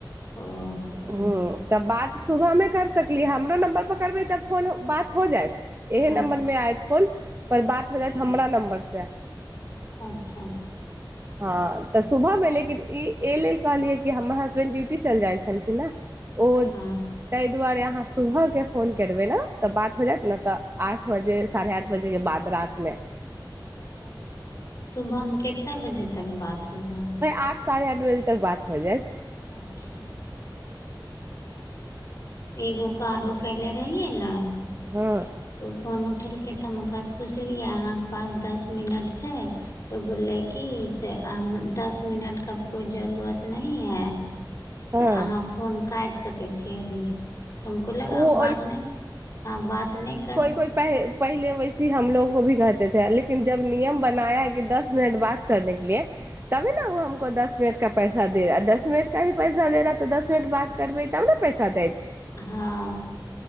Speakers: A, on the left; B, on the right.
A: ओ ह।
B: हूँ तऽ बात सुबह मे कर सकली हमरो नम्बर पर करबै तऽ फोन बात हो जैत। एहे
A: हँ
B: नम्बर में आयत फोन पर बात हो जैत हमरा नम्बर से।
A: अच्छा।
B: हँ तऽ सुबह मे लेकिन ई ए लेल कहलियै कि हमर हसबैंड ड्यूटी चल जाइ छलखिन न। ओ
A: हँ
B: तै दुवारे अहाँ से सुबह के फोन करबै ने त बात हो जैत नै तऽ आठ बजे साढ़े आठ बजे के बाद रात मे।
A: अच्छा सुबह मे कित्ता बजे तक बात हो जैत।
B: आठ साढ़े आठ बजे तक बात हो जायत।
A: अच्छा। एगो के आरो केने रहियै ने।
B: हँ।
A: त ओ फोन उठेलकै त हम ओकरा सँ पुछलियै अहाँके पास दस मिनट छै। तो बोललै की से अम दस मिनट का कोई जरूरत नहीं है।
B: हँ
A: से अहाँ फोन काइट सकै छी अभी। तो हमको लगा
B: ओ
A: बात नैह हँ बात नैह
B: कोई पहै पहिले वैसी हमलोग को भी कहते थे लेकिन जब नियम बनाया है कि दस मिनट बात करने के लिए। तभी न उ हमको दस मिनट का पैसा दे रहा दस मिनट का ही पैसा दे रहा है तो दस मिनट बात करबै तब ने पैसा दैत।
A: हॅं।